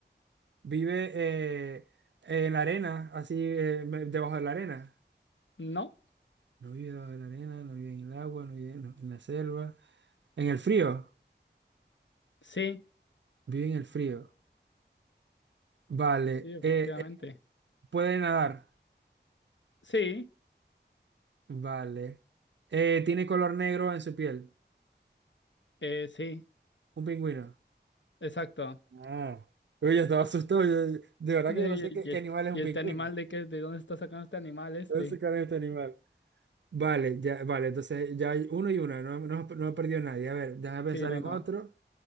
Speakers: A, on the right; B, on the left.
A: vive eh, en la arena, así eh, me- debajo de la arena.
B: No,
A: No vive debajo de la arena, no vive en el agua, no vive en, en la selva. En el frío,
B: sí,
A: vive en el frío. Vale.
B: sí, efectivamente.
A: eh, eh, puede nadar.
B: Sí,
A: Vale. Eh, tiene color negro en su piel.
B: eh, sí,
A: Un pingüino.
B: exacto.
A: Ah. Uy, yo estaba asustado. yo- de verdad
B: Eh,
A: que yo no sé qué,
B: Y,
A: qué
B: y este,
A: animal es
B: y
A: un
B: este
A: pingüino.
B: animal de qué, de dónde está sacando este animal este?
A: No sé qué es este animal. Vale, ya, vale. Entonces ya hay uno y una. No, no, no ha perdido nadie. A ver, déjame
B: Sí,
A: pensar
B: no,
A: en
B: no.
A: otro.